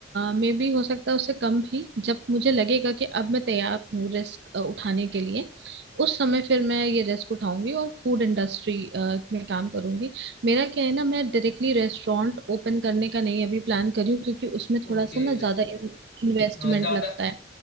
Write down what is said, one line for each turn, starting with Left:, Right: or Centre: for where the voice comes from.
Right: मे भी हो सकता है उससे कम भी जब मुझे लगेगा कि अब मैं तैयार हूँ रिस्क उठाने के लिए उस समय फिर मैं ये रिस्क उठाऊंगी और फूड इंडस्ट्री में काम करूंगी मेरा क्या है ना मैं डायरेक्टली रेस्टोरेंट ओपन करने का नहीं अभी प्लान कर रही हूँ क्योंकि उसमें
Left: Okay
Right: थोड़ा सा ना
Left: restaurant
Right: ज्यादा इन्वेस्टमेंट
Left: हाँ ज्यादा
Right: लगता है